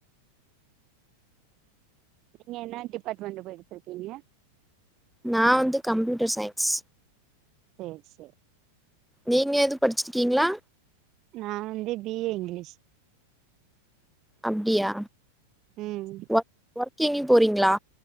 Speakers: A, on the right; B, in the centre.
A: நீங்க என்ன டிபார்ட்மெண்ட் போ எடுத்திருக்கீங்க
B: நா வந்து கம்ப்யூட்டர் சயின்ஸ்
A: ஓச
B: நீங்க எது படிச்சிருக்கீங்களா
A: நா வந்து பி ஏ இங்க்லிஷ்
B: அப்டியா
A: ம்
B: ஒர் ஒர்க் எங்கயு போறீங்களா